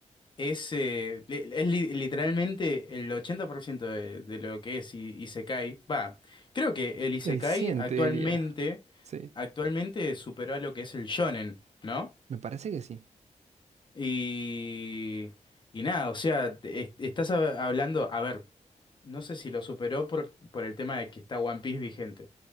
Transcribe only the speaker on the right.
El cien
te diría. Sí,
me parece que sí.